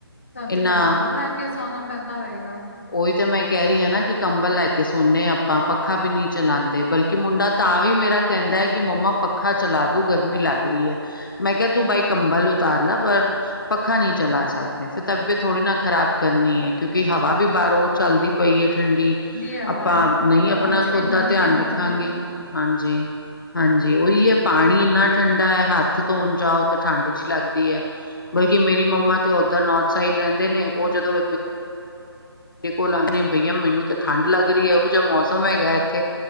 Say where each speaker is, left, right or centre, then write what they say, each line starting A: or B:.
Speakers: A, on the left; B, on the left.
A: ਤਾਨੂੰ
B: ਇੰਨਾ
A: ਤੇ ਫੇਰ ਕੰਬਲ ਲੈ ਕੇ ਸੌਣਾ ਪੈਂਦਾ ਹੋਏਗਾ।
B: ਓਈ ਤੇ ਮੈਂ ਕੈ ਰੀ ਆ ਨਾਂ ਕੀ ਕੰਬਲ ਲੈ ਕੇ ਸੋਨੇ ਆ ਆਪਾਂ। ਪੱਖਾ ਵੀ ਨੀਂ ਚਲਾਂਦੇ ਬਲਕਿ ਮੁੰਡਾ ਤਾਂ ਵੀ ਮੇਰਾ ਕਹਿੰਦਾ ਐ ਕਿ ਮੰਮਾ ਪੱਖਾ ਚਲਾ ਦੋ, ਗਰਮੀ ਲੱਗ ਰਹੀ ਐ। ਮੈਂ ਕਿਹਾ ਤੂੰ ਬਾਈ ਕੰਬਲ ਉਤਾਰ ਲਾ ਪਰ ਪੱਖਾ ਨਈਂ ਚਲਾ ਸਕਦੇ ਫਿਰ ਤਬੀਅਤ ਥੋੜ੍ਹੀ ਨਾਂ ਖ਼ਰਾਬ ਕਰਨੀ ਐ ਕਿਉਂਕਿ ਹਵਾ ਵੀ ਬਾਹਰੋਂ ਚੱਲਦੀ ਪਈ ਐ ਠੰਡੀ,
A: ਹਵਾ
B: ਆਪਾਂ
A: ਹੈ
B: ਨਈਂ
A: ਹਵਾ
B: ਆਪਣਾ
A: ਚ
B: ਖੁਦ
A: ਵੀ ਨਮੀ
B: ਦਾ ਧਿਆਨ
A: ਹੁੰਦੀ
B: ਰੱਖਾਂਗੇ।
A: ਹੈ।
B: ਹਾਂਜੀ। ਹਾਂਜੀ ਉਹੀ ਐ, ਪਾਣੀ ਇੰਨਾ ਠੰਡਾ ਐ ਹੱਥ ਧੋਣ ਜਾਓ ਤਾਂ ਠੰਡ ਜਿਹੀ ਲੱਗਦੀ ਐ। ਬਲਕਿ ਮੇਰੀ ਮੰਮਾ ਤੇ ਓਧਰ ਨੋੌਰਥ ਸਾਈਡ ਰਹਿੰਦੇ ਨੇਂ ਉਹ ਜਦੋਂ ਮਰੇ ਕੋਲ ਆਂਦੇ ਬਈਆ ਮੈਨੂੰ ਤਾਂ ਠੰਢ ਲੱਗ ਰਹੀ ਐ, ਉਹ ਜਿਹਾ ਮੌਸਮ ਹੈਗਾ ਇੱਥੇ।